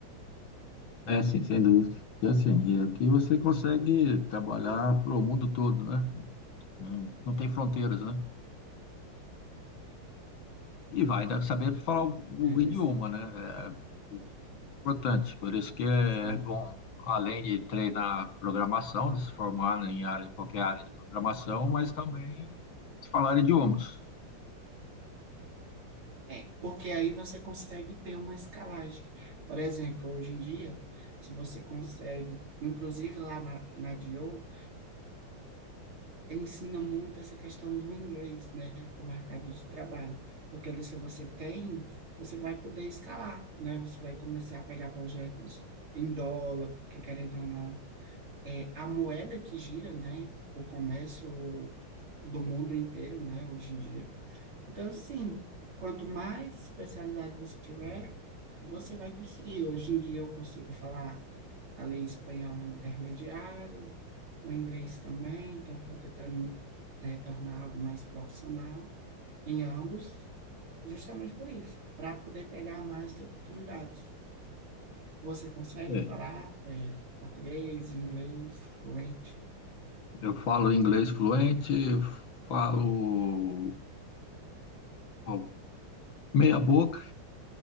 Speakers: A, on the left (about 60°); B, on the right (about 70°).
A: É, sim, sem dúvida. E assim, e aqui você consegue trabalhar para o mundo todo, né? Não, não tem fronteiras, né? E vai ainda saber falar o,
B: né,
A: o
B: desse,
A: idioma, né? É isso. importante. Por isso que é
B: sim,
A: bom, além de treinar programação, de se formar em área, qualquer área de programação, mas também falar idiomas.
B: é, porque aí você consegue ter uma escalagem. Por exemplo, hoje em dia, se você consegue, inclusive lá na, na DIO, ensina muito essa questão do inglês, né, para o mercado de trabalho, porque ali se você tem, você vai poder escalar, né, você vai começar a pegar projetos em dólar, porque querendo ou não, é, a moeda que gira, né, o comércio do mundo inteiro, né, hoje em dia. Então, assim, quanto mais especializado você tiver, você vai conseguir. Hoje em dia eu consigo falar ali espanhol intermediário, o inglês também, então estou tentando né, tornar algo mais profissional em ambos, justamente por isso, para poder pegar mais oportunidades. Você consegue
A: É,
B: falar é, português, inglês, fluente,
A: Eu falo inglês fluente, falo bom, meia boca.